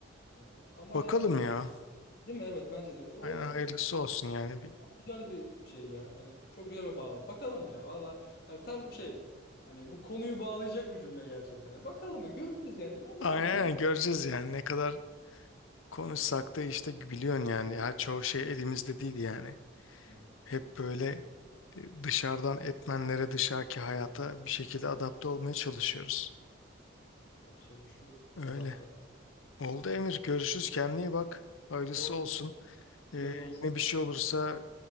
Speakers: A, on the left; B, on the left.
A: E, ama
B: Bakalım
A: yani
B: ya.
A: değil mi? Evet bence de. O
B: Aynen hayırlısı
A: bir-
B: olsun yani bir.
A: güzel bir şey ya. Hani çok güzel bir bağlam. Bakalım ya valla. Hani tam şey hani bu konuyu bağlayacak bir cümle gerçekten. Bakalım ya göreceğiz yani. Ne,
B: Aynen
A: ne yapalım
B: aynen
A: ki?
B: göreceğiz yani ne kadar konuşsak da işte biliyorsun yani ya çoğu şey elimizde değil yani.
A: Yazık.
B: Hep böyle e, dışarıdan etmenlere dışarıki hayata bir şekilde adapte olmaya çalışıyoruz.
A: Yapacak bir şey yok.
B: Öyle.
A: Adapte.
B: Oldu Emir. Görüşürüz. Kendine iyi bak. Hayırlısı
A: Oldu.
B: olsun. E,
A: Yine konuşuruz.
B: yine bir şey olursa